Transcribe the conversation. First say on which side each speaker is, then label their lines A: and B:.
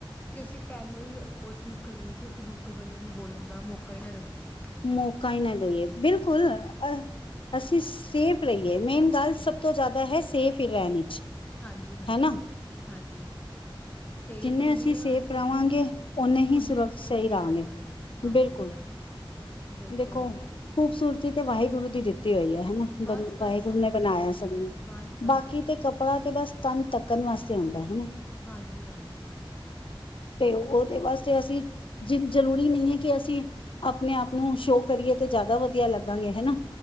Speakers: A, on the left; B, on the left.
A: ਕਿ ਅਸੀਂ ਪਹਿਲੇ ਹੀ ਉਹ ਚੀਜ਼ ਕਰੀਏ ਕਿ ਅਸੀਂ ਹੁਣ ਕਿਸੇ ਬੰਦੇ ਨੂੰ ਬੋਲਣ ਦਾ ਮੌਕਾ ਹੀ ਨਾ ਦਈਏ।
B: ਮੌਕਾ ਹੀ ਨਾ ਦੇਈਏ ਬਿਲਕੁਲ ਅ ਅਸੀਂ ਸੇਫ ਰਹੀਏ ਮੇਨ ਗੱਲ ਸਭ ਤੋਂ ਜ਼ਿਆਦਾ ਦਾ ਹੈ ਸੇਫ ਹੀ ਰਹਿਣ ਵਿੱਚ
A: ਹਾਂਜੀ ਹਾਂਜੀ
B: ਹੈਨਾ।
A: ਹਾਂਜੀ ਸੇਫ
B: ਜਿੰਨੇ
A: ਰਹੀਏ
B: ਅਸੀਂ ਸੇਫ
A: ਔਰ
B: ਰਹਾਂਗੇ ਓਨੇ ਹੀ
A: ਉਹਨੇ
B: ਸੁਰਤ
A: ਅਸੀਂ
B: ਸਹੀ
A: ਵਧੀਆ
B: ਰਹਾਂਗੇ,
A: ਰਵਾਂਗੇ ਹਾਂਜੀ
B: ਬਿਲਕੁਲ।
A: ਹਾਂਜੀ ਬਿਲਕੁਲ
B: ਦੇਖੋ ਖੂਬਸੂਰ ਤੀ ਤੇ ਵਾਹਿਗੁਰੂ ਦੀ ਦਿੱਤੀ ਹੋਈ ਹੈ ਹਨਾ
A: ਬਸ
B: ਬੰ
A: ਬਸ
B: ਵਾਹਿਗੁਰੂ ਨੇ ਬਣਾਇਆ ਸਭ ਨੂੰ
A: ਬਸ ਬਸ
B: ਬਾਕੀ ਤੇ ਕੱਪੜਾ ਤੇ ਬਸ ਤਨ ਢੱਕਣ ਵਾਸਤੇ ਆਉਂਦਾ ਹੈ, ਹਨਾ।
A: ਹਾਂਜੀ ਹਾਂਜੀ
B: ਤੇ ਉਹਦੇ
A: ਜਿਸ
B: ਵਾਸਤੇ ਅਸੀਂ ਜਿ ਜਰੂਰੀ ਨਹੀਂ ਹੈ। ਕਿ ਅਸੀਂ ਆਪਣੇ ਆਪ ਨੂੰ ਸ਼ੋਅ ਕਰੀਏ ਤੇ ਜ਼ਿਆਦਾ ਵਧੀਆ ਲੱਗਾਂਗੇ ਹੈਨਾ।